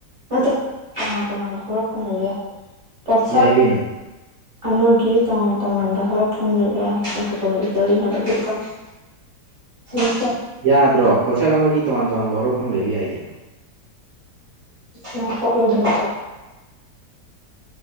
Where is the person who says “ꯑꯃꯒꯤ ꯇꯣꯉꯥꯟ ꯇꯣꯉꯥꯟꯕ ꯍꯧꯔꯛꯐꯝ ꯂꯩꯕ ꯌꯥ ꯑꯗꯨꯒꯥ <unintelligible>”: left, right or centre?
Right